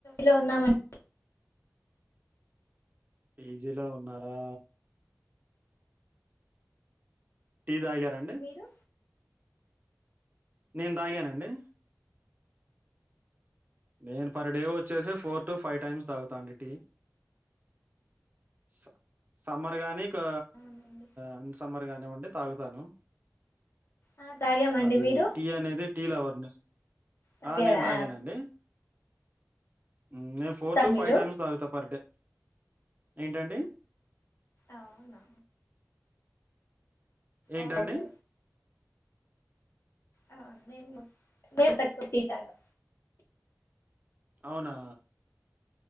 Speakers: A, on the left; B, on the right.
A: లో ఉన్నామండి
B: పేజీలో ఉన్నారా టీ తాగారా అండి
A: మీరు
B: నేన్ తాగానండి నేను పర్ డే వచ్చేసి ఫోర్ టు ఫైవ్ టైమ్స్ తాగుత అండి టీ సా సమ్మర్ కాగానీ కా
A: అవునండి
B: అన్ సమ్మర్ కానివ్వండి తాగుతు తను
A: ఆ తాగామండి
B: అది
A: మీరు
B: టీ అనేది టీ లవర్ నీ
A: తాగారా
B: ఆ నేను తాగానండి ఉమ్ నేను ఫోర్ టు
A: మీరు
B: ఫైవ్ టైమ్స్ తాగుతా పర్ డే ఏంటండి
A: అవునా
B: ఏంటండి
A: ఓకే హ మేము కూడా మేము తక్కువ టీ తాగం
B: అవునా